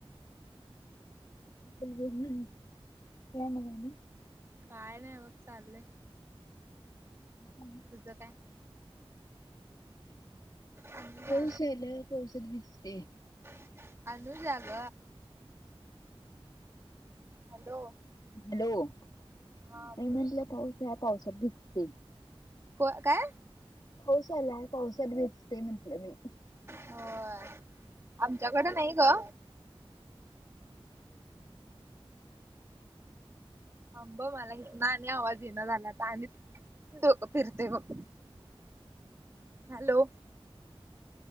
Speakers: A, on the left (about 40°); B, on the right (about 25°).
A: <unintelligible> काय मग आणि
B: काय नाही बघ चाललय.
A: <unintelligible>
B: तुझं काय? अनुजा
A: पऊस आल्यावर पावसात भिजते.
B: <inaudible> आणू ला ग हॅलो.
A: हॅलो नाही
B: हा बोल.
A: म्हटलं पाऊस हाय पावसात भिजते.
B: होय काय?
A: पाऊस आलाय पावसाला भिजते म्हटलं मी.
B: होय आमच्याकड नाही ग थांबा मला हीतन आणि आवाज यीना झालाय आता आणि डोकं फिरतय बघ, hello